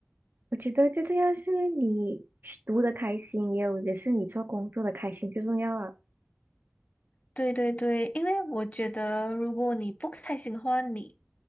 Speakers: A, on the right; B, on the left.
A: 我觉得最重要是你读的开心，也有也是你做工作的开心最重要啊。
B: 对对对，因为我觉得，如果你不开心的话，你